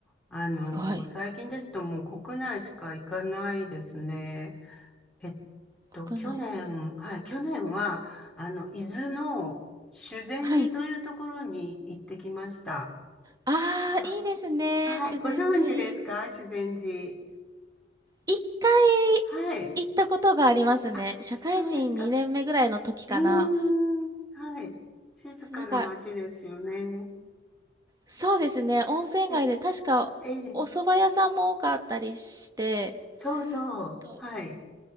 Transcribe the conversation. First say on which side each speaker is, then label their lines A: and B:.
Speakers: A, in the centre; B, on the right.
A: あの、
B: すごい。
A: 最近ですともう国内しか行かないですね。えっと、
B: 国内。
A: 去年、はい、去年は、あの、伊豆の修善寺というところに行ってきました。
B: はい。ああ、
A: あ、
B: いいですね。
A: はい、
B: 修善寺。
A: ご存知ですか修善寺。
B: 一回行ったことがありますね。
A: はい。あ、
B: 社会人2年目ぐらいの時かな。
A: そうですか。うーん、はい。静かな街ですよね。
B: なんか、そうですね、温泉街で確かお蕎麦屋さんも多かったりして、
A: え、ええ、そうそう。
B: と
A: はい。